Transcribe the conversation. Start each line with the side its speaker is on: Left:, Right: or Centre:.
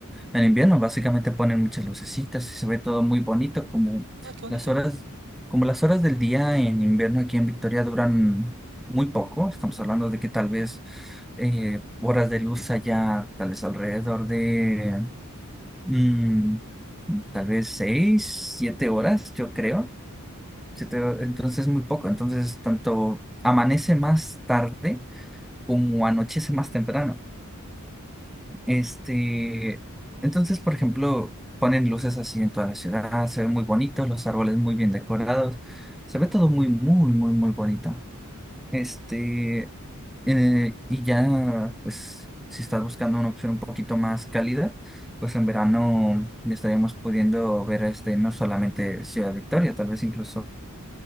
Centre: en invierno. Básicamente ponen muchas lucecitas y se ve todo muy bonito, como
Right: Ah, qué bonito.
Centre: las horas, como las horas del día en invierno aquí en Victoria duran muy poco. Estamos hablando de que tal vez eh, horas de luz allá, tal vez alrededor de mm, tal vez seis, siete horas, yo creo se te- entonces es muy poco, entonces tanto amanece más tarde como anochece más temprano. Este,
Right: Mm.
Centre: entonces, por ejemplo, ponen luces así en toda la ciudad, se ve muy bonito, los árboles muy bien decorados, se ve todo muy, muy, muy, muy bonito. Este, eh, y ya, pues, si estás buscando una opción un poquito más cálida, pues en verano estaríamos pudiendo ver este, no solamente Ciudad Victoria, tal vez incluso